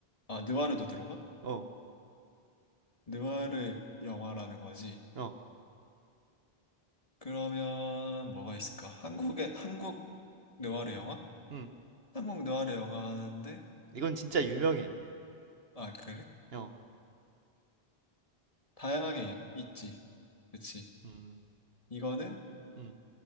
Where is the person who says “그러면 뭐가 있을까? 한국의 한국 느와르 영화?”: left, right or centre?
Left